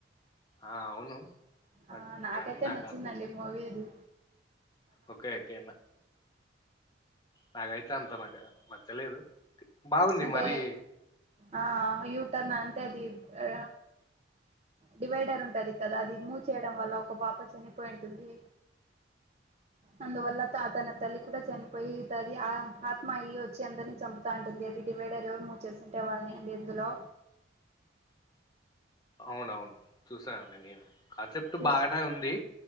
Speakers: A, on the left; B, on the right.
A: ఆ అవును. బట్
B: ఆ నాకైతే
A: కానీ నాకు
B: నచ్చిందండి
A: అన్-
B: మూవీది.
A: ఓకే ఓకేనా నాకైతే అంతా నాకే నచ్చలేదు. బాగుంది
B: అంటే
A: మరి
B: ఆ యూటర్న్ అంటే అది ఆ. డివైడర్ ఉంటాది కదా అది మూవ్ చేయడం వల్ల ఒక పాప చనిపోయి ఉంటుంది. అందువల్ల త తన తల్లి కూడా చనిపోయి తది ఆ ఆత్మయ్య వచ్చి అందరిని చంపు. తా ఉంటుంది అది డివైడర్ ఎవరు మూవ్ చేసింటే వాళ్ళని అండి ఇందులో.
A: అవునవును చూసానండి నేను కాన్సెప్ట్
B: చూస్
A: బాగానే ఉంది.